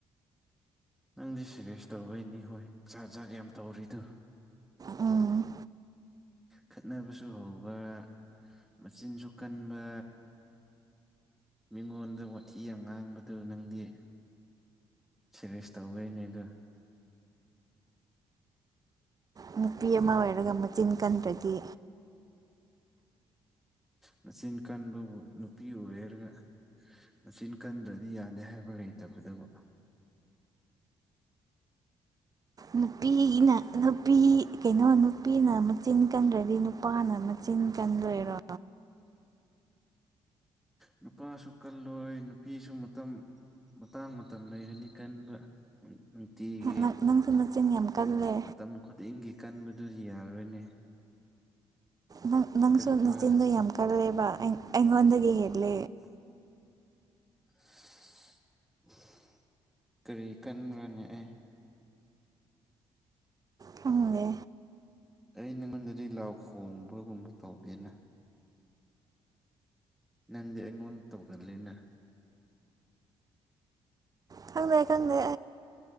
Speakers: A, in the centre; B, on the right (about 35°).
A: ꯅꯪꯗꯤ ꯁꯦꯔꯦꯁ ꯇꯧꯕꯩꯅꯤ ꯍꯣꯏꯖꯥꯔ ꯖꯥꯔ ꯌꯥꯝ ꯇꯧꯔꯤꯗꯨꯣ
B: ꯎꯝ
A: ꯈꯠꯅꯕꯁꯨ ꯍꯧꯕ ꯃꯆꯤꯟꯁꯨ ꯀꯟꯕ ꯃꯤꯉꯣꯟꯗ ꯋꯥꯊꯤ ꯌꯥꯝ ꯉꯥꯡꯕꯗꯨ ꯅꯪꯗꯤ ꯁꯦꯔꯤꯁ ꯇꯧꯕꯩꯅꯦ ꯑ
B: ꯅꯨꯄꯤ ꯑꯃ ꯑꯣꯏꯔꯒ ꯃꯆꯤꯟ ꯀꯟꯗ꯭ꯔꯗꯤ
A: ꯃꯆꯤꯟ ꯀꯟꯕꯕꯨ ꯅꯨꯄꯤ ꯑꯣꯏꯔꯒ ꯃꯆꯤꯟ ꯀꯟꯗ꯭ꯔꯗꯤ ꯌꯥꯗꯦ ꯍꯥꯏꯕ ꯂꯩꯇꯕꯗꯕꯨ
B: ꯅꯨꯄꯤꯅ ꯅꯨꯄꯤ ꯀꯩꯅꯣ ꯅꯨꯄꯤꯅ ꯃꯆꯤꯟ ꯀꯟꯗ꯭ꯔꯗꯤ ꯅꯨꯄꯥꯅ ꯃꯆꯤꯟ ꯇꯤꯟ ꯀꯥꯟꯗꯔꯣ
A: <unintelligible> ꯅꯨꯄꯥꯁꯨ ꯀꯜꯂꯣꯏ ꯅꯨꯄꯤꯁꯨ ꯃꯇꯝ ꯃꯇꯥꯡ ꯃꯇꯝ ꯂꯩꯒꯅꯤ ꯀꯟꯕ ꯅꯨꯡꯇꯤꯒꯤ
B: ꯅꯪ ꯅꯪꯁꯨ ꯃꯆꯤꯟ ꯌꯥꯝ ꯀꯜꯂꯦ
A: ꯃꯇꯝ ꯈꯨꯗꯤꯡꯒꯤ ꯀꯟꯕ ꯑꯗꯨꯗꯤ ꯌꯥꯔꯣꯏꯅꯦ
B: ꯅꯪ ꯅꯪꯁꯨ
A: ꯀꯔꯤꯕ
B: ꯆꯤꯟꯗꯣ ꯌꯥꯝ ꯀꯜꯂꯦꯕ ꯑꯩꯉꯣꯟꯗꯗꯒꯤ ꯍꯦꯂꯦ
A: <unintelligible> ꯀꯔꯤ ꯀꯟꯈ꯭ꯔꯅꯦ ꯑꯦ
B: ꯀꯪꯦ
A: ꯑꯩ ꯅꯪꯉꯣꯟꯗꯗꯤ ꯂꯥꯎ ꯈꯣꯡꯕꯒꯨꯝꯕ ꯇꯧꯗꯦꯅ ꯅꯪꯗꯤ ꯑꯩꯉꯣꯟꯗ ꯇꯧꯒꯜꯂꯤꯅ
B: ꯈꯪꯗ ꯈꯪꯗ